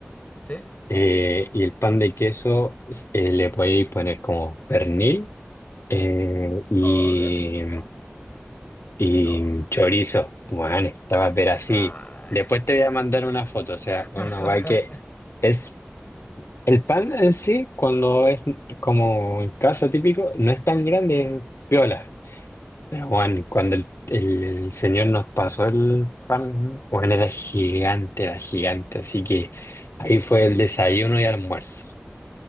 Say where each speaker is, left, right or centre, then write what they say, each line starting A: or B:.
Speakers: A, on the left; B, on the left.
A: ¿Sí?
B: Eh, y el pan de queso eh, le podéis poner como pernil eh, y,
A: Oh, qué rico.
B: Y
A: No.
B: chorizo, bueno, estaba pero así.
A: Ah.
B: Después te voy a mandar una foto, o sea,
A: <laughs>
B: una guay que es el pan en sí, cuando es como el caso típico, no es tan grande,
A: ¿Mm?
B: es piola. Pero bueno, cuando el, el señor nos pasó el pan, bueno, era gigante, era gigante, así que ahí fue el desayuno y almuerzo.